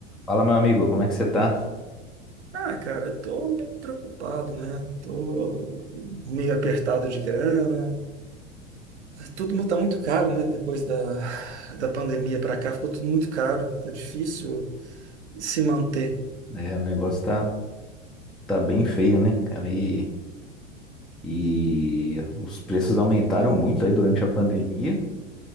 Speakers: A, in the centre; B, on the right (about 75°).
A: Fala, meu amigo, como é que você tá?
B: Ah, cara, eu tô bem preocupado, né? Tô meio apertado de grana. Tudo mu- tá muito caro, né? Depois da, da pandemia pra cá, ficou tudo muito caro. Tá difícil se manter.
A: É, é, o negócio tá, tá bem feio, né, cara? E, e os preços aumentaram muito aí durante a pandemia.